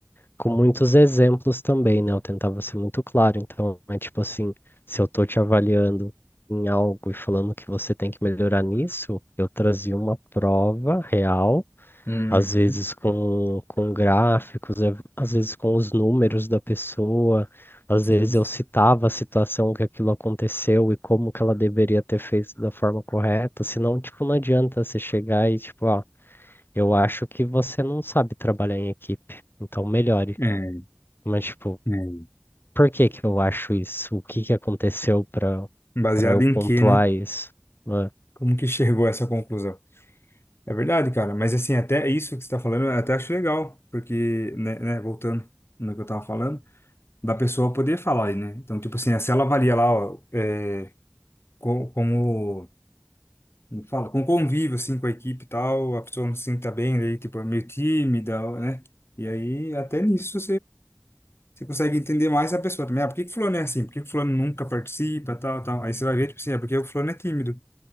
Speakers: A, on the left; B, on the left.
A: com muitos exemplos também, né? Eu tentava ser muito claro. Então, é tipo assim, se eu tô te avaliando em algo e falando que você tem que melhorar nisso, eu trazia uma prova real,
B: Uhum,
A: às vezes com, com gráficos, eh, às vezes com os números da pessoa, às
B: sim.
A: vezes eu citava a situação que aquilo aconteceu e como que ela deveria ter feito da forma correta, senão, tipo, não adianta você chegar e, tipo, ó, eu acho que você não sabe trabalhar em equipe, então melhore.
B: É,
A: Mas, tipo,
B: é.
A: por que que eu acho isso? O que que aconteceu pra,
B: Baseado
A: pra eu pontuar
B: em quê, né?
A: isso? Ah,
B: Como que chegou a essa conclusão? É verdade, cara, mas assim, até isso que você tá falando, eu até acho legal, porque, né, né, voltando no que eu tava falando, da pessoa poder falar aí, né? Então, tipo assim, se ela avalia lá, ó, é, co- como, como fala, com convívio, assim, com a equipe e tal, a pessoa não se sinta bem, daí, tipo, é meio tímida, né? E aí, até nisso, Você consegue entender mais a pessoa também. Ah, por que que o fulano é assim? Por que que o fulano nunca participa, tal, tal? Aí você vai ver, tipo assim, é porque o fulano é tímido,